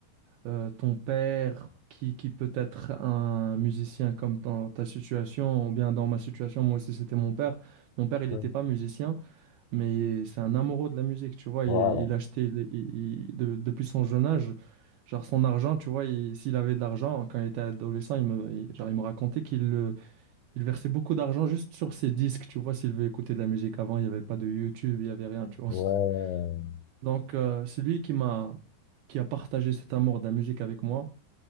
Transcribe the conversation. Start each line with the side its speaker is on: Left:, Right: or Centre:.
Right: euh, ton père, qui, qui peut être un musicien comme dans ta situation, ou bien dans ma situation, moi aussi c'était mon père. Mon père, il
Left: Ouais.
Right: n'était pas musicien, mais c'est un amoureux de la musique, tu vois,
Left: Voilà.
Right: il, il achetait, il- il- il- de- depuis son jeune âge. Genre son argent, tu vois, il- s'il avait de l'argent, quand il était adolescent, il me, il- genre, il me racontait qu'il le il versait beaucoup d'argent juste sur ses disques, tu vois, s'il veut écouter de la musique. Avant, il n'y avait pas de YouTube, il n'y avait rien, tu vois.
Left: Ouais.
Right: <laughs> Donc, euh, c'est lui qui m'a, qui a partagé cet amour de la musique avec moi.